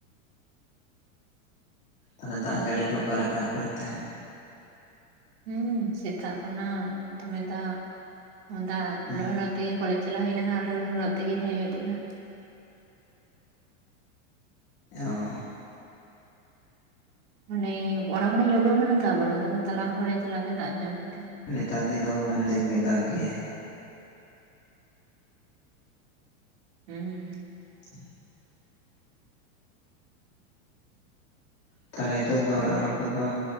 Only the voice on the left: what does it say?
ᱛᱟᱦᱚᱸᱞᱮ ᱫᱟᱜ ᱡᱟᱹᱲᱤ ᱠᱚ ᱚᱠᱟᱞᱮᱠᱟ ᱟᱯᱮ ᱚᱱᱛᱮ?
ᱦᱩᱸ
ᱦᱚᱸ
ᱱᱮᱛᱟᱨ ᱫᱤᱱ ᱫᱚ ᱢᱟᱱᱮ ᱫᱤᱱ ᱜᱮ ᱫᱟᱜᱽ ᱜᱮᱭᱟᱭ᱾
<inaudible> ᱛᱟᱦᱚᱸᱞᱮ ᱦᱤᱛᱳᱜ ᱫᱚ ᱚᱲᱟᱜ ᱦᱚᱲ ᱠᱚᱫᱚ